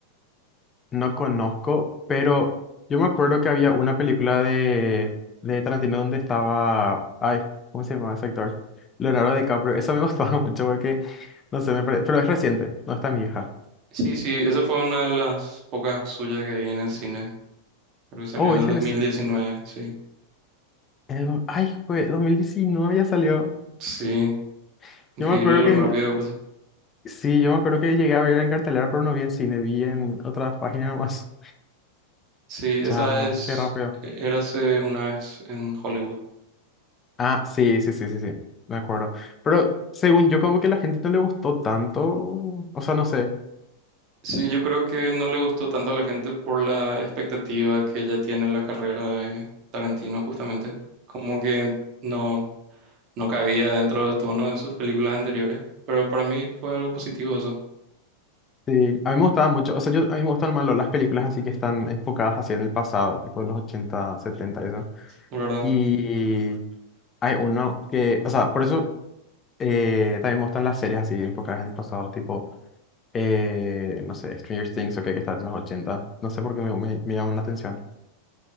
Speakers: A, on the left (about 20°); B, on the right (about 40°).
A: No conozco, pero yo me acuerdo que había una película de, de Tarantino donde estaba. Ay, ¿cómo se llamaba ese actor? Leonardo DiCaprio. Esa me <laughs> gustaba mucho porque, no sé, me pare- pero es reciente, no es tan vieja.
B: Sí, sí, esa fue una de las pocas suyas que vi en el cine. Creo que salió
A: Oh,
B: en
A: este
B: el 2019,
A: en el, ci-
B: sí.
A: en el do- Ay, fue 2019 ya salió.
B: Sí,
A: <laughs>
B: increíble
A: Yo me acuerdo
B: lo
A: que.
B: rápido
A: vi-
B: que pasó.
A: Sí, yo me acuerdo que llegué a ver en cartelera, pero no vi en cine, vi en otras páginas nomás.
B: Sí,
A: <laughs>
B: esa
A: Chao,
B: es
A: qué rápido.
B: e-, Érase una vez en Hollywood.
A: Ah, sí, sí, sí, sí, sí, me acuerdo. Pero según yo, como que la gente no le gustó tanto, o sea, no sé,
B: Sí, yo creo que no le gustó tanto a la gente por la expectativa que ya tiene la carrera de Tarantino, justamente. Como que no, no cabía dentro del tono de sus películas anteriores. Pero para mí fue algo positivo eso,
A: Sí, a mí me gustaban mucho, o sea, yo, a mí me gustan más lo- las películas así que están enfocadas así en el pasado, tipo en los 80 70 y eso.
B: la verdad.
A: Y hay uno que, o sea, por eso eh, también me gustan las series así enfocadas en el pasado, tipo, eh, no sé, Stranger Things o que está en los ochenta no sé por qué me, me, me llaman la atención.